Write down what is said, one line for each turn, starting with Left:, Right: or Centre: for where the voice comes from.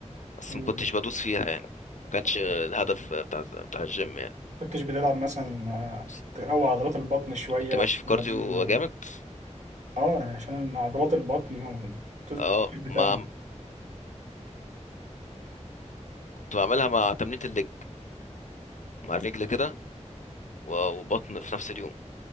Left: بس
Right: مم.
Left: ما كنتش بدوس فيها يعني ما كانش
Right: طب
Left: الهدف بتاع بتاع الجيم يعني
Right: كنتش بتلعب مثلا آه،
Left: بس
Right: تقوي عضلات البطن شوية
Left: كنت ماشي
Right: في
Left: في
Right: التمارين
Left: كارديو
Right: آه
Left: جامد
Right: آه، عشان عضلات البطن وتظبط
Left: اه
Right: الجيب بتاعها
Left: ما كنت بعملها مع تمرينة الليج مع الرجل كده و- وبطن في نفس اليوم